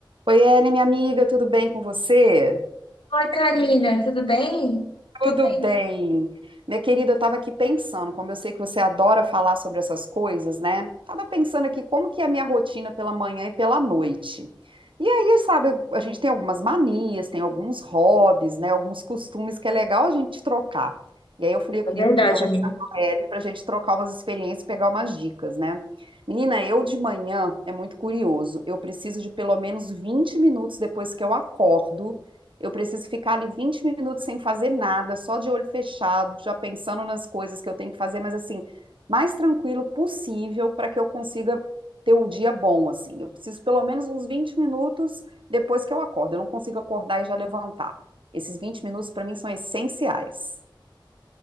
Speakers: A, on the right (about 80°); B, on the left (about 80°).
A: Oi, Ellen, minha amiga, tudo bem com você?
B: Oi, Karina, tudo bem? Tô
A: Tudo
B: bem.
A: bem. Minha querida, eu estava aqui pensando, como eu sei que você adora falar sobre essas coisas, né? Tava pensando aqui como que é a minha rotina pela manhã e pela noite. E aí, sabe, a gente tem algumas manias, tem alguns hobbies, né? Alguns costumes que é legal a gente trocar. E aí eu falei, eu
B: É
A: queria
B: verdade,
A: conversar
B: amiga.
A: com a Ellen para a gente trocar umas experiências, pegar umas dicas, né? Menina, eu de manhã é muito curioso. Eu preciso de pelo menos 20 minutos depois que eu acordo eu preciso ficar ali 20 minutos sem fazer nada, só de olho fechado, já pensando nas coisas que eu tenho que fazer, mas assim, mais tranquilo possível para que eu consiga ter o dia bom, assim. Eu preciso pelo menos uns 20 minutos depois que eu acordo. Eu não consigo acordar e já levantar. Esses 20 minutos para mim são essenciais. <laughs>